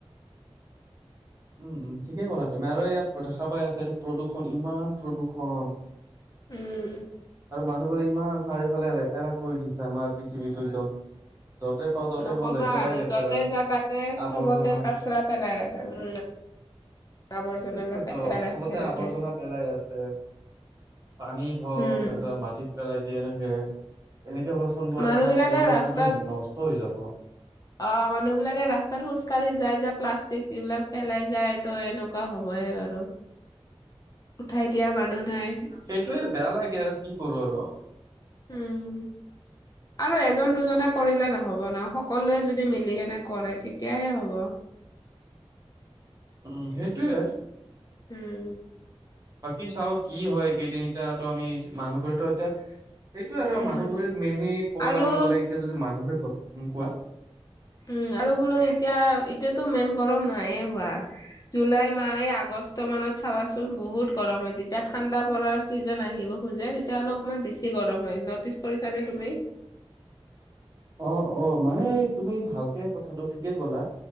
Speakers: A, on the right (about 35°); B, on the left (about 35°).
A: <inaudible> উম উম ঠিকেই ক'লা তুমি আৰু এয়াত দেখা পাই আছা এতিয়া প্ৰদূষণ ইমান প্ৰদূষণ
B: উম
A: আৰু মানুহ বোলে ইমান চাৰিওফালে তেৰা কৰি দিছে আমাৰ পৃথিৱীটো একদম য'তে পাওঁ ত'তে
B: নকবা
A: কওঁ লেতেৰাই
B: আৰু
A: লেতেৰা
B: য'তে যা তাতে
A: আৱৰ্জনা
B: চবতে কাচৰা পেলাই ৰাখে উম আৱৰ্জনা
A: সেটোৱেতো
B: অলপ পেলাই ৰাখে
A: চবতে
B: যাতে
A: আৱৰ্জনা পেলাই আছে পানীত হওক
B: উম
A: তাৰপিছত মাটিত পেলাই দিয়ে এনেক এনেকে হলচোন পূৰা
B: মানুহ
A: একদম
B: বিলাকে
A: পৰিৱেশটো
B: ৰাস্তাত
A: একদম বিনষ্ট হৈ যাব
B: অ মানুহ বিলাকে ৰাস্তাত খোজকাঢ়ি যায় যে প্লাষ্টিক এইবিলাক পেলাই যায় তো এনেকুৱা হবই বাৰু উঠাই দিয়া মানুহ নাই
A: সেইটোয়ে বেয়া লাগে আৰু কি কৰো আৰু
B: উম আৰু এজন দুজনে কৰিলে নহব ন সকলোৱে যদি মিলি কেনে কৰে তেতিয়াহে হ'ব
A: উম সেইটোয়ে
B: উম
A: বাকী চাও কি হয় কেইদিন এতিয়াাতো আমি মানুহবোৰেতো এতিয়া সেইটোয়ে আৰু
B: উম
A: মানুহবোৰে মেইনলি কব
B: আৰু
A: লগা গ'লে এতিয়া যদি মানুহবোৰে কোৱা
B: উম আৰু বোলো এতিয়া এতিয়াতো মেইন গৰম নাইয়ে হোৱা জুলাই মাহ এই আগষ্ট কষ্ট মানত চাবাচোন বহুত গৰম হয় যেতিয়া ঠাণ্ডা পৰাৰ চিজন আহিব খোজে তেতিয়াাহ'লে অকণমান বেছি বেছি গৰম হয় নটিচ কৰিছা নে তুমি
A: অ অ মানে তুমি ভালকে কথাটো ঠিকে ক'লা